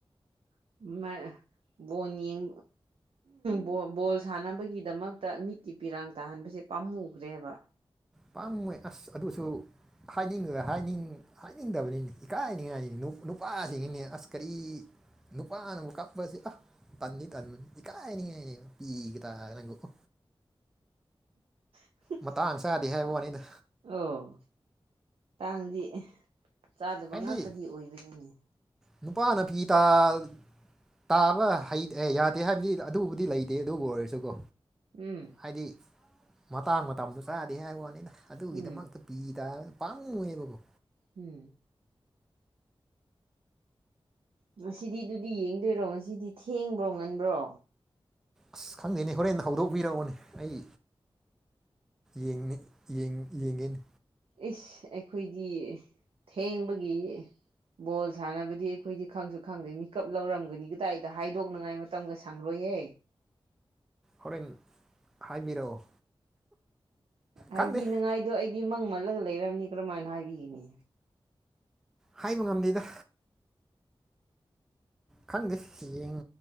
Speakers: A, on the right; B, in the centre.
A: <inaudible> ꯑꯍꯝ ꯕꯣꯜ ꯕꯣꯜ ꯁꯥꯟꯅꯕꯒꯤꯗꯃꯛꯇ ꯃꯤꯠꯀꯤ ꯄꯤꯔꯥꯡ ꯇꯥꯍꯟꯕꯁꯦ ꯄꯥꯝꯃꯨꯈ꯭ꯔꯦꯕ
B: ꯄꯪꯕꯒꯤ ꯑꯁ ꯑꯗꯨꯁꯨ ꯍꯥꯏꯅꯤꯡꯒ ꯍꯥꯢꯅꯤꯡ ꯍꯥꯏꯅꯤꯡꯗꯕꯅꯤꯅꯦ ꯏꯀꯥꯏꯅꯤꯡꯉꯥꯏ ꯅꯨꯄꯥꯁꯤꯒꯤꯅꯦ ꯑꯁ ꯀꯔꯤ ꯅꯨꯄꯥꯅ ꯑꯃꯨꯛ ꯀꯥꯞꯄꯁꯦ ꯑ ꯇꯟꯗꯤ ꯇꯟꯕꯅꯤ ꯏꯀꯥꯏꯅꯤꯉꯥꯏꯅꯦ ꯄꯤꯒ ꯇꯥꯔꯒ ꯀꯣ
A: ꯎ
B: ꯃꯇꯥꯡ ꯆꯥꯗꯦ ꯍꯥꯏꯕ ꯋꯥꯅꯤꯗ
A: ꯑꯣ ꯇꯥꯡꯗꯤ ꯆꯥꯗꯕ
B: ꯍꯥꯏꯕꯗꯤ
A: ꯉꯥꯛꯇꯗꯤ ꯑꯣꯏꯕꯅꯤꯅꯦ
B: ꯅꯨꯄꯥꯅ ꯄꯇꯥ ꯇꯥꯕ ꯍꯩ ꯑꯦ ꯌꯥꯗꯦ ꯍꯥꯏꯕꯗꯤ ꯑꯗꯨꯕꯨꯗꯤ ꯂꯩꯇꯦ ꯑꯗꯨꯕꯨ ꯑꯣꯏꯔꯁꯨꯀꯣ
A: ꯎꯝ
B: ꯍꯥꯏꯗꯤ ꯃꯇꯥꯡ ꯃꯇꯝꯗ ꯆꯥꯗꯦ ꯍꯥꯏꯕ ꯋꯥꯅꯤꯗ ꯑꯗꯨꯒꯤꯗꯃꯛꯇ
A: ꯎꯝ
B: ꯄꯤꯗ ꯄꯪꯕꯒꯤꯅꯤꯀꯣ
A: ꯎꯝ ꯉꯁꯤꯗꯤ ꯗꯨꯗꯤ ꯌꯦꯡꯗꯣꯏꯔꯣ ꯉꯁꯤꯗꯤ ꯊꯦꯡꯕ꯭ꯔꯣ ꯉꯟꯕ꯭ꯔꯣ
B: ꯑꯁ ꯈꯪꯗꯦꯅꯦ ꯍꯣꯔꯦꯟ ꯍꯧꯗꯣꯛꯄꯤꯔꯛꯑꯣꯅꯦ ꯑꯩ ꯌꯦꯡꯅꯤ ꯌꯦꯡ ꯌꯦꯡꯒꯅꯤ
A: ꯏꯁ ꯑꯩꯈꯣꯏꯗꯤ ꯊꯦꯡꯕꯒꯤ ꯕꯣꯜ ꯁꯥꯟꯅꯕꯗꯤ ꯑꯩꯈꯣꯏꯗꯤ ꯈꯪꯁꯨ ꯈꯪꯗꯦ ꯃꯤꯀꯞ ꯂꯧꯔꯝꯒꯅꯤ ꯀꯗꯥꯏꯗ ꯍꯥꯏꯗꯣꯛꯅꯉꯥꯏ ꯃꯇꯝꯒ ꯁꯪꯔꯣꯏꯍꯦ
B: ꯍꯣꯔꯦꯟ ꯍꯥꯏꯕꯤꯔꯛꯑꯣ
A: ꯍꯥꯏꯕꯤꯅꯤꯉꯥꯏꯗꯣ
B: ꯈꯪꯗꯦ
A: ꯑꯩꯗꯤ ꯃꯪ ꯃꯜꯂꯒ ꯂꯩꯔꯕꯝꯅꯤ ꯀꯔꯝꯃꯥꯏꯅ ꯍꯥꯏꯕꯤꯒꯅꯤ
B: ꯍꯥꯏꯕ ꯉꯝꯗꯦꯗ ꯈꯪꯗꯦ ꯌꯦꯡ